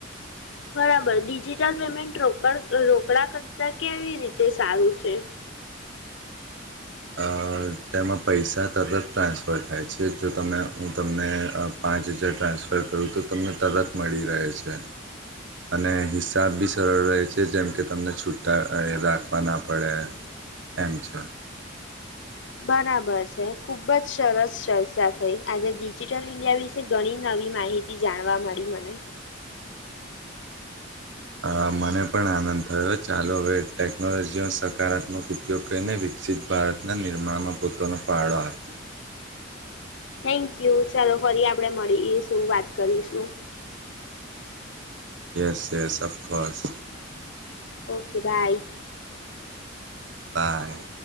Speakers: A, on the left; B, on the right.
A: બરાબર, ડિજિટલ પેમેન્ટ રોકડ, રોકડા કરતા કેવી રીતે સારું છે
B: અ તેમાં પૈસા તરત ટ્રાન્સફર થાય છે જો તમે હું તમને પાંચ હજાર ટ્રાન્સફર કરુ તો તમને તરત મળી રહે છે અને હિસાબ બી સરળ રહે છે જેમ કે તમને છૂટા રાખવા ના પડે એમ છ
A: બરાબર છે, ખુબ જ સરસ ચર્ચા થઈ આજે ડિજિટલ ઇન્ડિયા વિ ઘણી નવી માહિતી જાણવા મળી મને
B: અ મને પણ આનંદ થયો ચાલો હવે ટેકનોલોજીનો સકારાત્મક ઉપ જો કઈને વિકસિત ભારતના નિર્માણમાં પોતાનો ફળો આપી
A: થેન્ક યુ ચાલો ફરી આપડે મળીએશું વાત કરીશું
B: yes yes, of course
A: okay bye
B: by